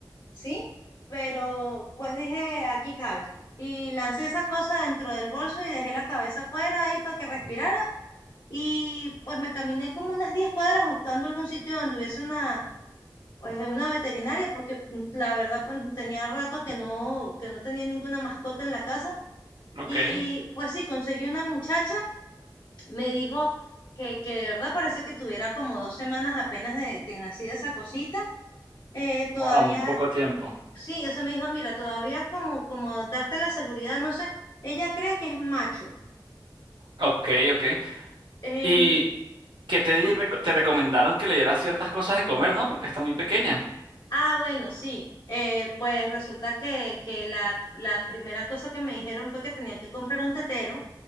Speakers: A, on the left; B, on the right.
A: ¿sí? Pero pues dije, aquí cabe. Y lancé esa cosa dentro del bolso y dejé la cabeza afuera ahí para que respirara. Y pues me caminé como unas 10 cuadras buscando algún sitio donde hubiese una, pues, una veterinaria, porque mm, la verdad pues tenía rato que no, que no tenía ninguna mascota en la casa.
B: Ok.
A: Y pues sí, conseguí una muchacha, me dijo que, que de verdad parece que tuviera como dos semanas apenas de, de nacida esa cosita. Eh, todavía
B: Wow, muy poco tiempo.
A: Sí, ella me dijo, mira, todavía como, como darte la seguridad, no sé, ella cree que es macho.
B: Ok, ok.
A: Em,
B: ¿Y que te di-
A: ah,
B: reco- te recomendaron que le dieras ciertas cosas de comer, ¿no? Porque está muy pequeña.
A: ah, bueno, sí. eh, pues resulta que, que la, la primera cosa que me dijeron fue que tenía que comprar un tetero.